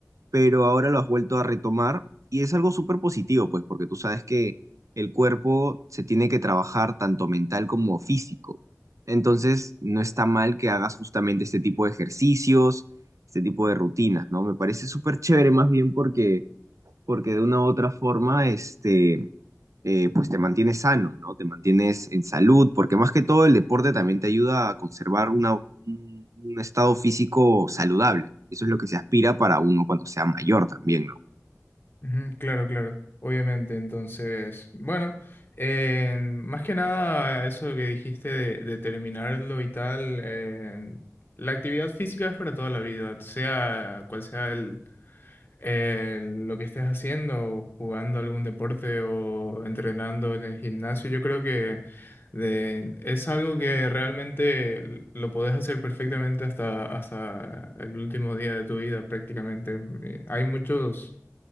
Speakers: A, on the right; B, on the left.
A: pero ahora lo has vuelto a retomar y es algo súper positivo, pues, porque tú sabes que el cuerpo se tiene que trabajar tanto mental como físico. Entonces, no está mal que hagas justamente este tipo de ejercicios, este tipo de rutinas, ¿no? Me parece súper chévere más bien porque, porque de una u otra forma, este, eh, pues te mantienes sano, ¿no? Te mantienes en salud, porque más que todo el deporte también te ayuda a conservar una- un, un estado físico saludable. Eso es lo que se aspira para uno cuando sea mayor también, ¿no?
B: Ujú, Claro, claro, obviamente. Entonces, bueno, eh, más que nada eso que dijiste de, de terminarlo y tal, eh, la actividad física es para toda la vida, sea cual sea el, el- lo que estés haciendo, jugando algún deporte o entrenando en el gimnasio, yo creo que de- es algo que realmente lo podés hacer perfectamente hasta, hasta el último día de tu vida prácticamente. Eh, Hay muchos